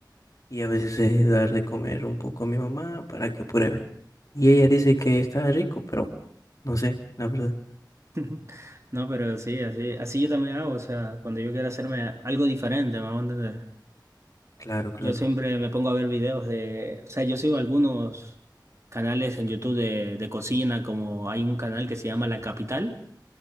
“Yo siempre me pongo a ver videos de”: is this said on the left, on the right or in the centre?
Right